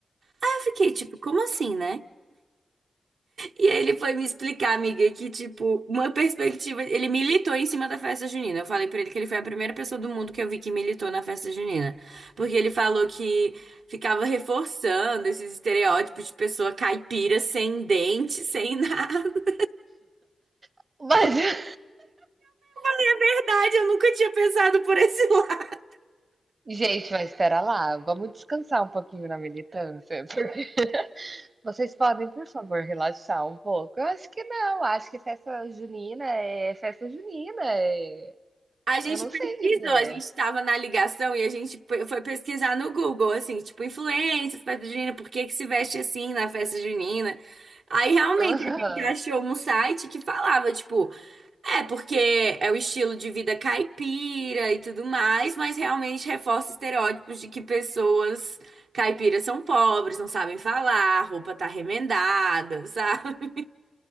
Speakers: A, on the right; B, on the right.
A: Aí eu fiquei tipo, como assim, né? E aí ele foi me explicar, amiga, que, tipo, uma perspectiva. Ele militou em cima da festa junina. Eu falei pra ele que ele foi a primeira pessoa do mundo que eu vi que militou na festa junina. Porque ele falou que ficava reforçando esses estereótipos de pessoa caipira, sem dente, sem nada. <laughs>
B: <laughs> mas
A: Na verdade, eu nunca tinha pensado por esse lado.
B: Gente, mas espera lá, vamos descansar um pouquinho na militância, <laughs> porque vocês podem, por favor, relaxar um pouco? Eu acho que não, acho que festa junina é festa junina, é...
A: A gente
B: eu não
A: pesquisou,
B: sei dizer.
A: a gente estava na ligação e a gente pe- foi pesquisar no Google, assim, tipo, influências, festa junina, por que que se veste assim na festa junina? Aí realmente
B: <laughs>
A: a gente achou um site que falava, tipo, é porque é o estilo de vida caipira e tudo mais, mas realmente reforça estereótipos de que pessoas caipiras são pobres, não sabem falar, roupa tá remendada, <laughs> sabe?